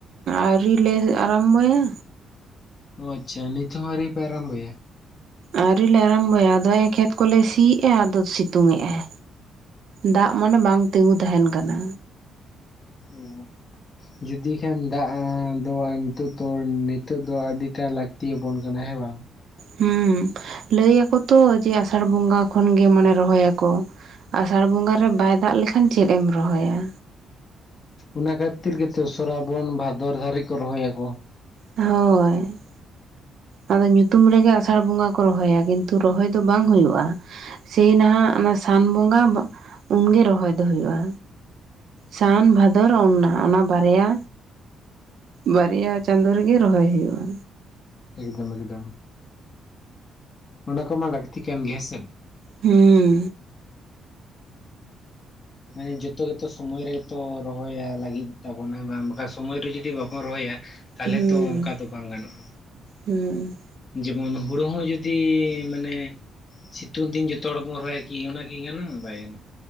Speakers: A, on the right (about 55°); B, on the left (about 25°).
A: ᱟᱹᱣᱨᱤᱞᱮ ᱟᱨᱟᱢᱵᱚᱭᱟ
B: ᱚ ᱟᱪᱪᱷᱟ ᱱᱤᱛᱚᱜ ᱦᱚᱸ ᱟᱣᱨᱤ ᱯᱮ ᱟᱨᱚᱢᱵᱷᱚᱭᱟ?
A: ᱟᱹᱣᱨᱤᱤᱞ ᱞᱮ ᱟᱨᱟᱢᱵᱚᱭᱟ ᱟᱫᱚ ᱠᱷᱮᱛ ᱠᱚᱞᱮ ᱥᱤᱭᱼᱟ ᱟᱫᱚ ᱥᱤᱛᱩᱝ ᱮᱼᱟ᱾ ᱫᱟᱜ ᱢᱟᱱᱮ ᱵᱟᱝ ᱛᱤᱸᱜᱩ ᱛᱟᱦᱮᱱ ᱠᱟᱱᱟ᱾
B: ᱳᱻ ᱡᱩᱫᱤ ᱠᱷᱟᱱ ᱫᱟᱜ ᱮᱸ ᱫᱟᱹᱲᱟ ᱱᱤᱛᱚᱜ ᱫᱚ ᱱᱤᱛᱚᱜ ᱫᱚ ᱟᱹᱰᱤᱴᱟᱜ ᱞᱟᱹᱠᱛᱤᱭᱟᱵᱚᱱ ᱠᱟᱱᱟ ᱦᱮᱸ ᱵᱟᱝ?
A: ᱦᱮᱸ ᱞᱟᱹᱭᱟᱠᱚ ᱛᱚ, ᱡᱮ ᱟᱥᱟᱲ ᱵᱚᱸᱜᱟ ᱠᱷᱚᱱᱜᱮ ᱢᱟᱱᱮ ᱨᱚᱦᱚᱭᱟᱠᱚ᱾ ᱟᱥᱟᱲ ᱵᱚᱸᱜᱟ ᱨᱮ ᱵᱟᱭ ᱫᱟᱜ ᱞᱮᱠᱷᱟᱱ ᱪᱮᱫ ᱮᱢ ᱨᱚᱦᱚᱭᱟ᱾
B: ᱚᱱᱟ ᱠᱷᱟᱹᱛᱤᱨ ᱜᱮᱛᱚ ᱥᱚᱨᱟᱵᱚᱱ ᱵᱷᱟᱫᱚᱨ ᱦᱟᱹᱨᱤᱡ ᱠᱚ ᱨᱚᱦᱚᱭᱟᱠᱚ᱾
A: ᱦᱳᱭ᱾ ᱟᱫᱚ ᱧᱩᱛᱩᱢ ᱨᱮᱜᱮ ᱟᱥᱟᱲ ᱵᱚᱸᱜᱟ ᱠᱚ ᱨᱚᱦᱚᱭᱟ ᱠᱤᱱᱛᱩ ᱨᱚᱦᱚᱭ ᱫᱚ ᱵᱟᱝ ᱦᱩᱭᱩᱜ-ᱟ᱾ ᱥᱮᱭ ᱱᱟᱦᱟᱜ ᱚᱱᱟ ᱥᱟᱱ ᱵᱚᱸᱜᱟ ᱩᱱᱜᱮ ᱨᱚᱦᱚᱭ ᱫᱚ ᱦᱩᱭᱩᱜ-ᱟ᱾ ᱥᱟᱱ ᱵᱷᱟᱫᱚᱨ ᱚᱱᱱᱟ, ᱚᱱᱟ ᱵᱟᱨᱭᱟ᱾ ᱵᱟᱨᱭᱟ ᱪᱟᱸᱫᱚ ᱨᱮᱜᱮ ᱨᱚᱦᱚᱭ ᱦᱩᱭᱩᱜ-ᱟ᱾
B: ᱮᱠᱫᱚᱢ ᱮᱠᱫᱚᱢ, ᱚᱱᱟ ᱠᱚᱢᱟ ᱞᱟᱹᱠᱛᱤ ᱠᱟᱱ ᱜᱮ ᱦᱮᱸ ᱥᱮ᱾
A: ᱦᱩᱸ᱾
B: ᱢᱟᱱᱮ ᱡᱚᱛᱚ ᱜᱮᱛᱚ ᱥᱚᱢᱚᱭ ᱨᱮᱛᱚ ᱨᱚᱦᱚᱭᱟ ᱞᱟᱹᱜᱤᱫ ᱛᱟᱵᱚᱱᱟ ᱦᱮᱸ ᱵᱟᱝ ᱵᱟᱠᱷᱟᱱ ᱥᱚᱢᱚᱭ ᱨᱮ ᱡᱩᱫᱤ ᱵᱟᱵᱚᱱ ᱨᱚᱦᱚᱭᱟ᱾ ᱛᱟᱦᱞᱮ
A: ᱦᱩᱸ
B: ᱛᱚ ᱚᱝᱠᱟ ᱫᱚ ᱵᱟᱝ ᱜᱟᱱᱚᱜ-ᱟ᱾
A: ᱦᱩᱸ᱾
B: ᱡᱮᱢᱚᱱ ᱦᱩᱲᱩ ᱦᱚᱸ ᱡᱩᱫᱤ ᱢᱟᱱᱮ᱾ ᱥᱤᱛᱩᱝ ᱫᱤᱱ ᱡᱚᱛᱚ ᱦᱚᱲ ᱵᱚᱱ ᱨᱚᱦᱚᱭᱟ ᱠᱤ ᱚᱱᱟ ᱠᱤ ᱜᱟᱱᱚᱜ-ᱟ? ᱵᱟᱭ ᱜᱟᱱᱚᱜ-ᱟ᱾